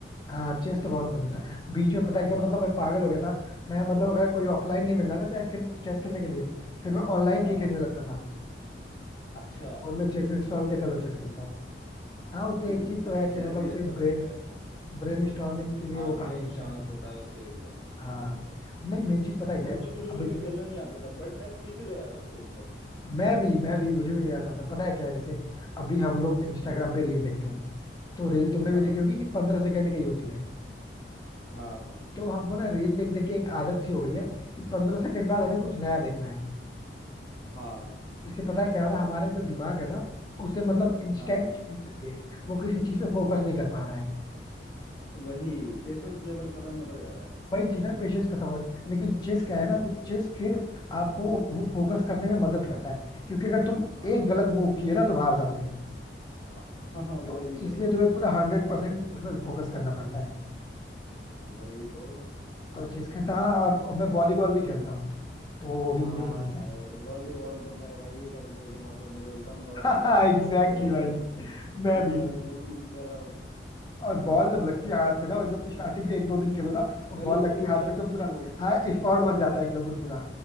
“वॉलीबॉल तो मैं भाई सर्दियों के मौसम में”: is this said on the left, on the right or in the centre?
Left